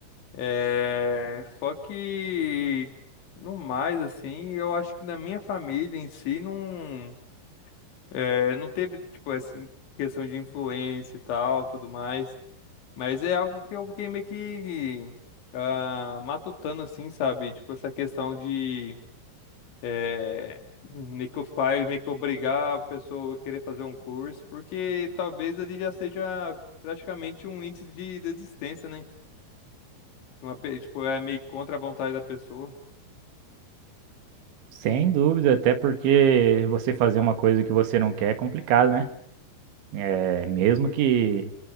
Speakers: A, on the left (about 80°); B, on the right (about 80°).
A: É, só que, no mais, assim, eu acho que na minha família em si não, é, não teve, tipo, essa questão de influência e tal, tudo mais. Mas é algo que eu fiquei meio que ah, matutando, assim, sabe? Tipo, essa questão de eh, meio que os pais meio que obrigar a pessoa a querer fazer um curso, porque talvez ele já seja praticamente um índice de desistência, né? Tipo, Uma pe- tipo, é meio contra a vontade da pessoa.
B: Sem dúvida, até porque você fazer uma coisa que você não quer é complicado, né? É, mesmo que